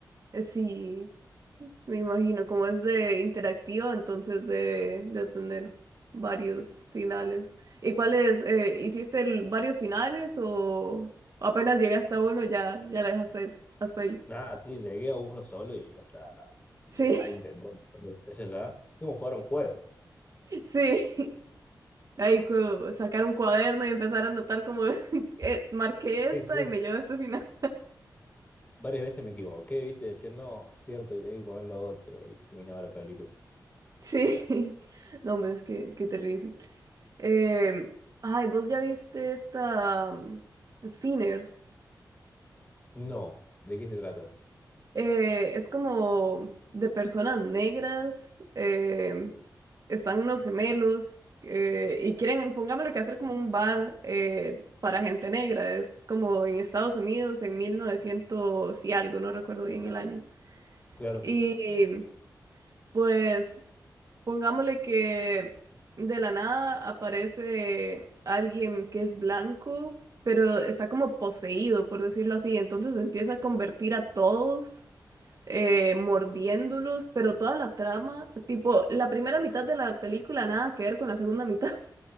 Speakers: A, on the right; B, on the left.
A: eh, Sí, me imagino, como es de interactiva, entonces de, de tener varios finales. ¿Y cuáles? eh, ¿hiciste el- varios finales o apenas llegaste a uno y ya, ya la dejaste hasta ahí?
B: Nada, sí, llegué a uno solo y, o sea, le
A: Sí,
B: había intentado un par de veces ya. Es como jugar un juego.
A: <laughs> sí. Ahí cu- sacar un cuaderno y empezar a anotar como <laughs> eh, marqué esta
B: Sí, sí.
A: y me llevo a este final.
B: Varias veces me equivoqué, ¿viste? Decía, no, cierto que tenía que poner lo otro y terminaba la película.
A: Sí, <laughs> no, hombre, es que, que terrible. Eh, ay, vos ya viste esta mm, Sinners.
B: No, ¿de qué se trata?
A: Eh, es como de personas negras. eh, están unos gemelos eh, y quieren, pongámosle que hacer como un bar eh, para gente negra. Es como en Estados Unidos en 1900 y algo, no recuerdo bien el año.
B: Claro,
A: Y pues pongámosle que de la nada aparece alguien que es blanco, pero está como poseído, por decirlo así. Entonces empieza a convertir a todos, eh, mordiéndolos, pero toda la trama, tipo, la primera mitad de la película nada que ver con la segunda mitad.